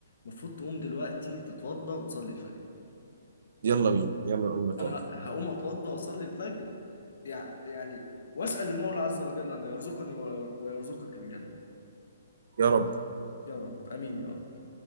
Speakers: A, on the left (about 70°); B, on the right (about 55°).
A: المفروض تقوم دلوقتي تتوضى وتصلي الفجر
B: يلا بينا يلا نقوم نتوضى
A: انا هقوم اتوضى واصلي الفجر يع- يعني واسال المولى عز وجل ان يرزقني وي- ويرزقك الجنه
B: يا رب
A: يا رب امين يا رب